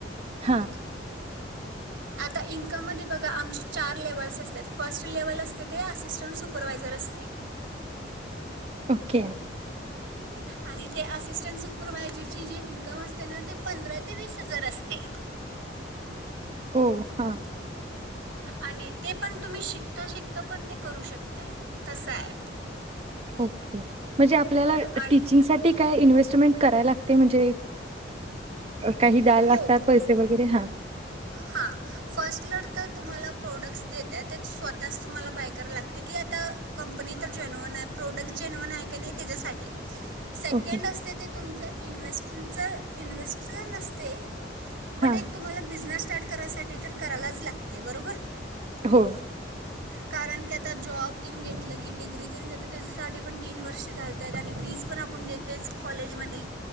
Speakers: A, on the right (about 35°); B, on the right (about 90°).
A: हा
B: आता इन्कममध्ये बघा आमचे चार लेवल्स असतात फर्स्ट लेवल असते ते असिस्टंट सुपरवायझर असते
A: ओके
B: आणि ते असिस्टंट सुपरवायझरची जे इन्कम असते ना ते पंधरा ते वीस हजार असते.
A: हो हा
B: आणि ते पण तुम्ही शिकता शिकता पण ते करू शकताय तसं आहे.
A: ओके म्हणजे आपल्याला
B: आणि
A: टीचिंग साठी काय इन्व्हेस्ट कमेंट करायला लागते म्हणजे काही द्यायला
B: हो
A: लागतात पैसे वगैरे हा
B: हां फर्स्ट लड तर तुम्हाला प्रोडक्ट्स देत्यात ते स्वतःच तुम्हाला बाय करावं लागते की आता कंपनी तर जेन्युअन आहे प्रोडक्ट्स जेन्युन आहे की नाही त्याच्यासाठी सेकंड
A: ओके
B: असते ते तुमचं इन्वेस्ट जर इन्व्हेस्टर नसते बट
A: हां
B: एक तुम्हाला बिझनेस स्टार्ट करायसाठी तर करायलाच लागते बरोबर
A: हो
B: कारण कि आता जॉब तेन घेतलं की डिग्री तेन घेत्यात त्याच्यासाठी पण तीन वर्ष घालतायत आणि फीस पण आपण देतोयच की कॉलेज मधी